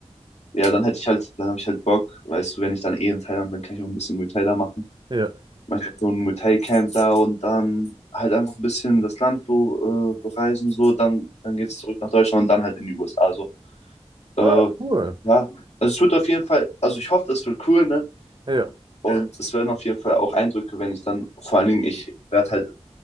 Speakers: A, on the left; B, on the right.
A: ja, dann hätte ich halt, dann habe ich halt Bock, weißt du, wenn ich dann eh in Thailand bin, kann ich auch ein bisschen Muay Thai da machen.
B: ja.
A: Mache dann so ein Muay Thai Camp da und dann halt einfach ein bisschen das Land be äh, bereisen, so, dann, dann geht es zurück nach Deutschland und dann halt in die USA. Also, äh,
B: Ah, cool.
A: ja, also es wird auf jeden Fall, also ich hoffe, das wird cool, ne?
B: Ja,
A: Und es werden auf jeden Fall auch Eindrücke, wenn ich dann, vor allen Dingen, ich werde halt